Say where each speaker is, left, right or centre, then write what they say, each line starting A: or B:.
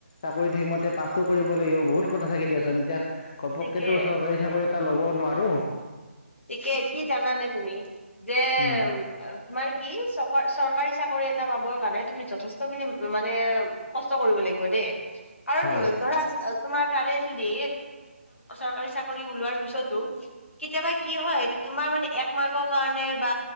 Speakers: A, on the left; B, on the left.
A: চাকৰি থাকি মতে পাছো কৰিব লাগিব বহুত কথা থাকে দিয়াচোন এতিয়া ঘপককেতো
B: ঠিকে
A: চৰকাৰী চাকৰিত। এটা ল'ব নোৱাৰো।
B: ঠিকেই কি জানানে তুমি যে-
A: উম
B: তোমাৰ কি চ চৰকাৰী চাকৰি এটা পাবৰ কাৰণে তুমি যথেষ্ট খিনি মানে- কষ্ট কৰিব লাগিব দেই, কাৰণ
A: হয়
B: ধৰা- তোমাৰ তাৰে যদি চৰকাৰী চাকৰি ওলোৱাৰ পিছতো কেতিয়াবা- কি হয় তোমাৰ মানে এক মাৰ্কৰ কাৰণে বা